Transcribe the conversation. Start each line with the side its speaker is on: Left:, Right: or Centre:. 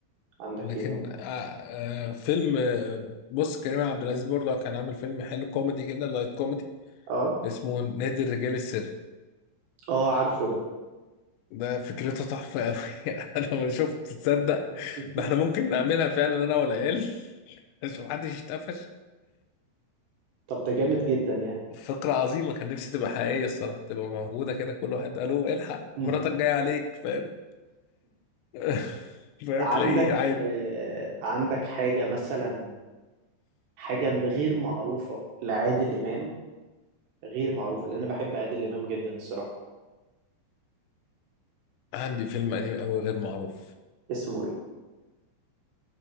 Right: عندك
Left: لكن
Right: ايه بقى
Left: آه آه فيلم آه بص كريم عبد العزيز برضه كان عامل فيلم حلو كوميدي كده لايت كوميدي
Right: اه
Left: اسمه نادي الرجال السري
Right: اه عارفه ده
Left: ده فكرتها تحفة أوي <laughs> أنا ما شفت تصدق
Right: <laughs>
Left: ده إحنا ممكن نعملها فعلا أنا والعيال <laughs> عشان محدش يتقفش
Right: طب ده جامد جدا يعني
Left: فكرة عظيمة كان نفسي تبقى حقيقية الصراحة تبقى موجودة كده كل واحد قالوا الحق
Right: مم.
Left: مراتك جاية عليك فاهم <laughs> فاهم
Right: عندك
Left: تلاقيه عادي
Right: آه، عندك حاجة مثلا حاجة غير معروفة لعادل إمام غير معروفة لأن أنا بحب عادل إمام جدا الصراحة
Left: عندي فيلم قديم أوي غير معروف
Right: اسمه ايه